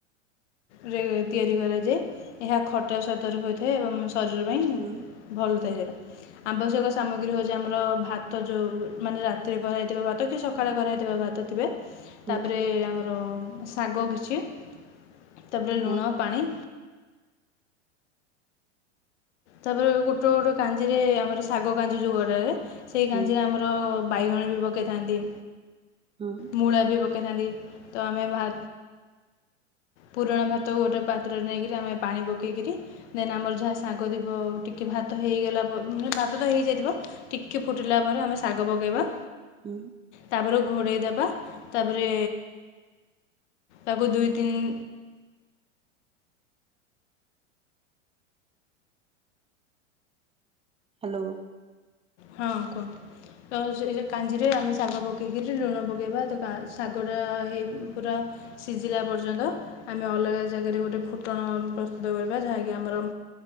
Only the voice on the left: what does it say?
ରେ ତିଆରି କରାଯାଏ ଏହା ଖଟା ସ୍ୱାଦରୁ ହୋଇଥାଏ ଏବଂ ଶରୀର ପାଇଁ।
ଭଲ ଥାଏ ସେଇଟା, ଆବଶ୍ୟକ ସାମଗ୍ରୀ ହେଉଛି ଆମର ଭାତ ଭାତ ଯୋଉ ମାନେ ରାତିରେ କରାହେଇଥିବା ଭାତ କି ସକାଳେ କରାହେଇଥିବା ଭାତ ଥିବେ।
ତାପରେ ଆମର ଶାଗ କିଛି ତାପରେ
ଲୁଣ ପାଣି ତାପରେ ଗୋଟେ ଗୋଟେ କାଞ୍ଜି ରେ ଆମର ଶାଗ କାଞ୍ଜି ଯୋଉ କରା ହୁଏ, ସେଇ
କାଞ୍ଜି ରେ ଆମର ତ ବାଇଗଣ ବି ପକେଇଥାନ୍ତି।
ମୂଳା ବି ପକେଇଥାନ୍ତି, ତ ଆମେ ଭା ପୁରୁଣା ଭାତ ଗୋଟେ ପାତ୍ରରେ ନେଇକରି ଆମେ ପାଣି ପକେଇକରି ଦେନ ଆମର ଯାହା ଶା କରିବ ଟିକେ ଭାତ ହେଇଗଲା ମାନେ ଭାତ ଟା ହେଇଯାଇଥିବ। ଟିକେ ଫୁଟିଲା ପରେ ଆମେ ଶାଗ ପକେଇବା।
ତାପରେ ଘୋଡ଼େଇ ଦବା ତାପରେ ତାକୁ ଦୁଇ ତିନି
ହଁ କୁହନ୍ତୃ। ତ ସେ କାଞ୍ଜିରେ ଆମେ ଶାଗ ପକେଇକିରି ଲୁଣ ପକେଇବା ତ ଶାଗଟା ହେଇ ପୁରା ସିଝିଲା ପର୍ଯ୍ୟନ୍ତ। ଆମେ ଅଲଗା ଜାଗାରେ ଗୋଟେ ଫୁଟଣ ପ୍ରସ୍ତୁତ କରିବା ଯାହାକି ଆମର